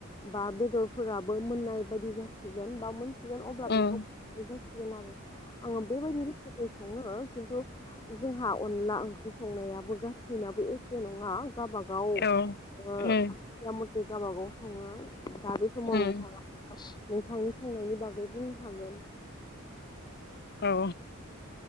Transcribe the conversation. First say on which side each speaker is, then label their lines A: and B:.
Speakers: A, on the left; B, on the left.
A: बा बेदरफोराबो मोननाय बायदि जासिगोन बा मोन सिगोन अब्ला
B: उम
A: बेखौ फनाय जासिगोन आरो आङो बेबायदिनो सङो खिन्थु जोंहा अनला ओंख्रि संनायाबो गासिनाबो एखे नङा। गबागाव ओ
B: औ उम
A: आइदिया मथे गावाबागाव सङो। दा बेसमाव
B: उम
A: नोंथांङा नोंथांनि संनायनि बागै बुंनो हागोन।
B: औ